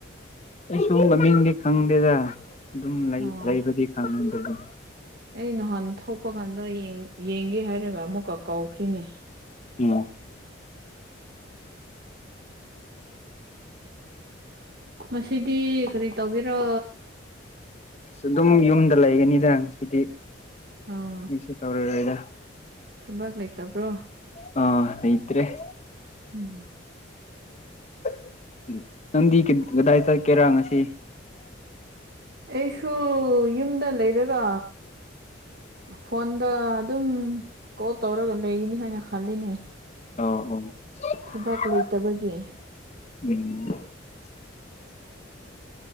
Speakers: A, on the left (about 35°); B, on the right (about 50°).
A: ꯑꯩꯁꯨ ꯃꯃꯤꯡꯗꯤ ꯈꯪꯗꯦꯗ ꯑꯗꯨꯝ ꯂꯩ
B: ꯑꯣ
A: ꯂꯩꯕꯗꯤ ꯈꯪꯉꯦ ꯑꯗꯨ
B: ꯑꯩ ꯅꯍꯥꯟ ꯊꯣꯛꯄ ꯀꯥꯟꯗ ꯌꯦꯡ ꯌꯦꯡꯒꯦ ꯍꯥꯏꯔꯒ ꯑꯃꯨꯛꯀ ꯀꯧꯈ꯭ꯔꯤꯅꯤ
A: ꯎꯝ
B: ꯉꯁꯤꯗꯤ ꯀꯔꯤ ꯇꯧꯒꯦꯔꯣ
A: ꯑꯁ ꯑꯗꯨꯝ ꯌꯨꯝꯗ ꯂꯩꯒꯅꯤꯗ ꯁꯤꯗꯤ
B: ꯑꯣ
A: ꯀꯩꯁꯨ ꯇꯧꯔꯔꯣꯏꯗ
B: ꯊꯕꯛ ꯂꯩꯇꯕ꯭ꯔꯣ
A: ꯑ ꯂꯩꯇ꯭ꯔꯦ
B: ꯎꯝ
A: <inaudible>
B: ꯑꯩꯁꯨ ꯌꯨꯝꯗ ꯂꯩꯔꯒ ꯐꯣꯟꯗ ꯑꯗꯨꯝ ꯀꯣꯜ ꯇꯧꯔꯒ ꯂꯩꯒꯅꯤ ꯍꯥꯏꯅ ꯈꯜꯂꯤꯅꯦ
A: ꯑ
B: ꯊꯕꯛ
A: ꯑ
B: ꯂꯩꯇꯕꯒꯤ
A: ꯎꯝ